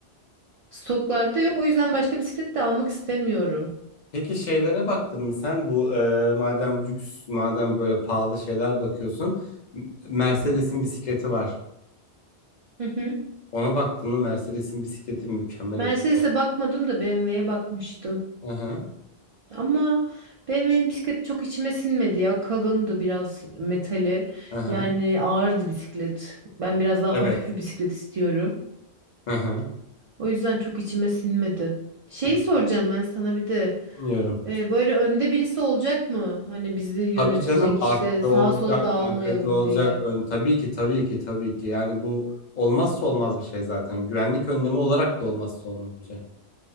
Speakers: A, on the right; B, on the left.
A: Stoklarda yok o yüzden başka bisiklet de almak istemiyorum.
B: Peki şeylere baktın mı sen bu e, madem lüks madem böyle pahalı şeyler bakıyorsun M- Mercedes'in bisikleti var.
A: Hı hı.
B: Ona baktın mı Mercedes'in bisikleti mükemmel
A: Mercedes'e
B: ötesi.
A: bakmadım da BMW'ye bakmıştım.
B: Hı hı.
A: Ama BMW'nin bisikleti çok içime sinmedi ya. Kalındı biraz metali.
B: Hı hı.
A: Yani ağırdı bisiklet. Ben biraz daha
B: Evet.
A: hafif bir bisiklet istiyorum.
B: Hı hı.
A: O yüzden çok içime sinmedi. Şeyi
B: Hı.
A: soracağım ben sana bir de.
B: Bilmiyorum.
A: Ee, böyle önde birisi olacak mı? Hani bizi yönetecek
B: Tabii canım
A: işte
B: artçı
A: sağa
B: olacak,
A: sola dağılmayalım
B: arkacı olacak.
A: diye.
B: Ön, tabii ki tabii ki tabii ki. Yani bu olmazsa olmaz bir şey zaten. Güvenlik önlemi olarak da olmazsa olmaz bir şey.